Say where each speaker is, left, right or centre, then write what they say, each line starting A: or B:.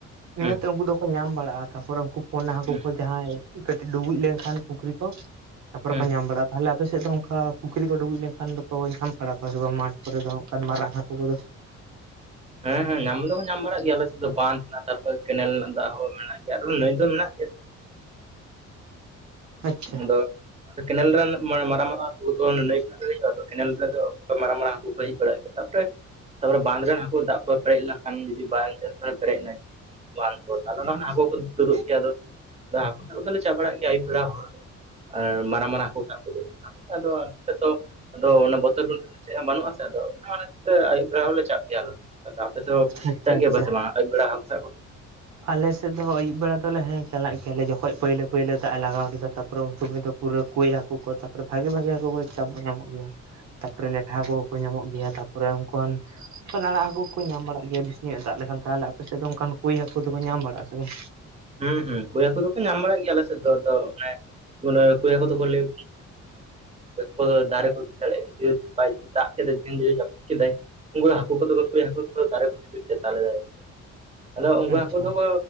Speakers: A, on the right; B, on the right.
A: ᱤᱱᱟᱹᱛᱮ
B: ᱦᱮᱸ
A: ᱩᱱᱠᱩ ᱫᱚᱠᱚ ᱧᱟᱢ ᱵᱟᱲᱟᱜᱼᱟ ᱛᱟᱯᱚᱨ ᱩᱱᱠᱩ ᱯᱚᱱᱟ ᱦᱟᱹᱠᱩ
B: ᱦᱮᱸ
A: ᱡᱟᱦᱟᱸᱭ ᱠᱟᱹᱴᱤᱡ ᱰᱩᱵᱩᱡ ᱞᱮᱱᱠᱷᱟᱱ ᱯᱩᱠᱷᱨᱤ ᱠᱚ ᱛᱟᱨᱯᱚᱨᱮ
B: ᱦᱮᱸ
A: ᱠᱚ
B: ᱦᱮᱸ
A: ᱧᱟᱢ ᱵᱟᱲᱟ ᱾ ᱛᱟᱦᱚᱞᱮ ᱟᱯᱮ ᱥᱮᱫ ᱫᱚ ᱚᱱᱠᱟ ᱯᱩᱠᱷᱨᱤ ᱠᱚ ᱰᱩᱵᱩᱡ ᱞᱮᱱᱠᱷᱟᱱ ᱫᱚᱠᱚ ᱧᱟᱢ ᱵᱟᱲᱟ ᱠᱚᱣᱟ ᱥᱮ ᱵᱟᱝ ᱢᱟᱴᱷ ᱠᱚᱨᱮ ᱫᱚ ᱚᱱᱠᱟᱱ ᱢᱟᱨᱟᱜ ᱦᱟᱹᱠᱩ ᱠᱚᱫᱚ?
B: ᱦᱮᱸ ᱦᱮᱸ, ᱧᱟᱢ ᱫᱚ ᱧᱟᱢ ᱵᱟᱲᱟᱜ ᱜᱮᱭᱟ ᱾ ᱟᱞᱮ ᱥᱮᱫ ᱫᱚ ᱵᱟᱸᱫᱷ ᱛᱟᱨᱯᱚᱨᱮ ᱠᱮᱱᱮᱞ ᱨᱮᱱᱟᱜ ᱫᱟᱜ ᱦᱚᱸ ᱢᱮᱱᱟᱜ ᱜᱮᱭᱟ ᱟᱨ ᱱᱟᱹᱭ ᱫᱚ ᱢᱮᱱᱟᱜ
A: ᱟᱪᱪᱷᱟ
B: <inaudible> ᱠᱮᱱᱮᱞ ᱨᱮᱱ ᱢᱟᱨᱟᱝ ᱢᱟᱨᱟᱝ ᱦᱟᱹᱠᱩ ᱫᱚ ᱱᱟᱹᱭ ᱠᱷᱚᱱᱟᱜ ᱠᱚ ᱦᱤᱡᱩᱜᱼᱟ ᱛᱚ, ᱠᱮᱱᱮᱞ ᱨᱮᱫᱚ ᱢᱟᱨᱟᱝ ᱢᱟᱨᱟᱝ ᱦᱟᱹᱠᱩ ᱠᱚ ᱦᱮᱡ ᱵᱟᱲᱟᱜ ᱜᱮᱭᱟ ᱾ ᱛᱟᱯᱚᱨᱮ ᱛᱟᱯᱚᱨᱮ ᱵᱟᱸᱫᱽ ᱨᱮᱱ ᱦᱟᱹᱠᱩ ᱫᱟᱜ ᱠᱚ ᱯᱮᱨᱮᱡ ᱞᱮᱱᱠᱷᱟᱱ ᱡᱩᱫᱤ ᱵᱟᱸᱫᱽ ᱯᱮᱨᱮᱡ ᱮᱱᱟᱭ ᱵᱟᱸᱫᱽ ᱠᱚ ᱛᱟᱦᱚᱞᱮ ᱚᱱᱟ ᱠᱷᱚᱱᱟᱜ ᱦᱟᱹᱠᱩ ᱠᱚ ᱛᱩᱫᱩᱜ ᱜᱮᱭᱟ, ᱟᱫᱚ ᱦᱟᱹᱠᱩ ᱫᱚᱞᱮ ᱪᱟ ᱵᱟᱲᱟᱜ ᱜᱮᱭᱟ ᱟᱹᱭᱩᱵ ᱵᱮᱲᱟ ᱦᱚ ᱟᱨ ᱢᱟᱨᱟᱝ ᱢᱟᱨᱟᱝ ᱦᱟᱹᱠᱩ ᱥᱟᱵ ᱠᱚᱫᱚ ᱟᱫᱚ ᱡᱚᱛᱚ ᱟᱫᱚ ᱚᱱᱟ ᱵᱚᱛᱚᱨ <unintelligible> ᱫᱚ ᱪᱮᱫ ᱦᱚᱸ ᱵᱟᱹᱱᱩᱜ ᱟᱥᱮ ᱟ ᱚᱱᱟ ᱛᱮ ᱟᱹᱭᱩᱵ ᱵᱮᱲᱟ ᱦᱚᱸᱞᱮ ᱪᱟ ᱜᱮᱭ ᱟᱞᱮ ᱫᱚ ᱟᱯᱮ ᱥᱮᱫ
A: ᱟᱪᱪᱷᱟ
B: ᱪᱟᱞᱟᱜ ᱜᱮᱭᱟ
A: ᱟᱪᱪᱷᱟ
B: ᱯᱮ ᱟᱹᱭᱩᱵ ᱵᱮᱲᱟ ᱦᱟᱹᱠᱩ ᱥᱟᱵ?
A: ᱟᱞᱮ ᱥᱮᱫ ᱫᱚ ᱟᱹᱭᱩᱵ ᱵᱮᱲᱟ ᱫᱚᱞᱮ ᱦᱮᱸ ᱪᱟᱞᱟᱜ ᱜᱮᱭᱟ ᱞᱮ ᱡᱚᱠᱷᱚᱡ ᱯᱳᱭᱞᱳ ᱯᱳᱭᱞᱳ ᱫᱟᱜ ᱮ ᱞᱟᱜᱟᱣ ᱠᱮᱫᱟ ᱛᱟ ᱩᱱ ᱥᱚᱢᱚᱭ ᱫᱚ ᱯᱩᱨᱟᱹ ᱠᱩᱭ ᱦᱟᱹᱠᱩ ᱠᱚ ᱛᱟᱯᱚᱨᱮ ᱵᱷᱟᱜᱮ ᱵᱷᱟᱜᱮ ᱦᱟᱹᱠᱩ <unintelligible> ᱧᱟᱢᱚᱜ ᱜᱮᱭᱟ ᱛᱟᱯᱚᱨᱮ ᱞᱮᱴᱷᱟ ᱠᱚ ᱠᱚ ᱧᱟᱢᱚᱜ ᱜᱮᱭᱟ ᱛᱟ ᱯᱚᱨᱮ ᱚᱱᱠᱟᱱ ᱟᱲᱟᱜ ᱦᱟᱹᱠᱩ ᱠᱚ ᱧᱟᱢ ᱵᱟᱲᱟᱜ ᱜᱮᱭᱟ ᱵᱮᱥᱤ ᱫᱟᱜ ᱞᱮᱠᱷᱟᱱ ᱛᱟᱦᱚᱞᱮ ᱟᱯᱮ ᱥᱮᱫ ᱫᱚ ᱚᱱᱠᱟᱱ ᱠᱩᱭ ᱦᱟᱹᱠᱩ ᱩᱱᱠᱩ ᱫᱚ ᱠᱚ ᱧᱟᱢ ᱵᱟᱲᱟᱜᱼᱟ ᱥᱮ ᱵᱟᱝ?
B: ᱦᱩᱸ ᱦᱩᱸ ᱠᱩᱭ ᱦᱟᱹᱠᱩ ᱫᱚ ᱠᱚ ᱧᱟᱢ ᱵᱟᱲᱟᱜ ᱜᱮᱭᱟ ᱟᱞᱮ ᱥᱮᱫ ᱫᱚ ᱟᱫᱚ ᱢᱟᱱᱮ ᱠᱚᱭ ᱦᱟᱹᱠᱩ ᱫᱚ ᱠᱚ ᱞᱟᱹᱭ <unintelligible> ᱫᱟᱨᱮ ᱠᱚ ᱤᱫᱤ ᱫᱟᱲᱮᱭᱟᱜ ᱜᱮᱭᱟ ᱫᱟᱜ ᱠᱮᱫᱟᱭ ᱧᱤᱫᱟᱹ ᱡᱟᱹᱯᱩᱫ ᱠᱮᱫᱟᱭ ᱩᱱᱠᱩ ᱦᱟᱹᱠᱩ ᱠᱚ ᱫᱚ ᱦᱟᱹᱠᱩ <unintelligible> ᱫᱟᱨᱮ <unintelligible> ᱟᱫᱚ ᱩᱱᱠᱩ
A: ᱟᱪᱪᱷᱟ
B: ᱦᱟᱹᱠᱩ ᱫᱚ ᱠᱚ